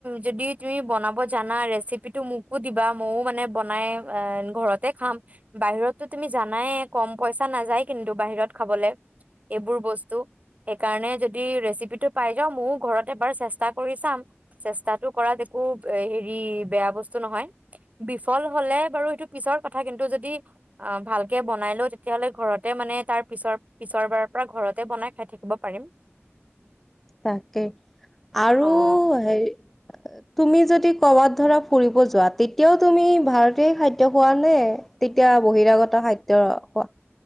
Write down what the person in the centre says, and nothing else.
তাকে, আৰু
হেৰি তুমি যদি ক'ৰবাত ধৰা ফুৰিব যোৱা, তেতিয়াও তুমি ভাৰতীয় খাদ্য খোৱা নে, তেতিয়া বহিৰাগত খাদ্য খোৱা?